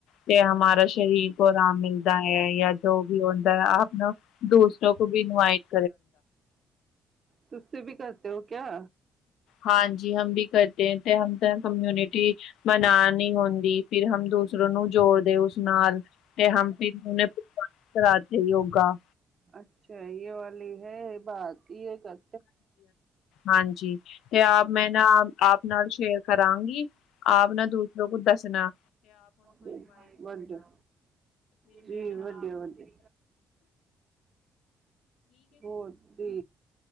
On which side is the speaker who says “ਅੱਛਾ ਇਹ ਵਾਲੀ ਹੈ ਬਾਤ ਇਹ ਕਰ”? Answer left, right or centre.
Right